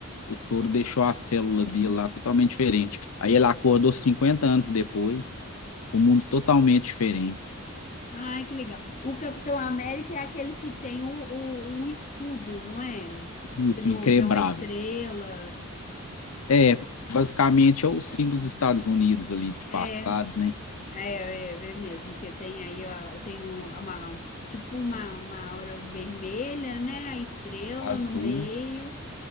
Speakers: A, on the left; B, on the left.
A: O soro deixou a célula dele lá totalmente diferente. Aí ele acordou 50 anos depois, com o mundo totalmente diferente.
B: Ai, que legal. O Capitão América é aquele que tem o, o, o escudo, não é?
A: Isso,
B: Que, não,
A: increbrável.
B: que é uma estrela.
A: É, basicamente é o símbolo dos Estados Unidos ali, disfarçado,
B: É, é,
A: né?
B: é, é mesmo, que tem aí, ó, tem um, uma, tipo uma, uma aura vermelha, né? A estrela
A: Azul.
B: no meio.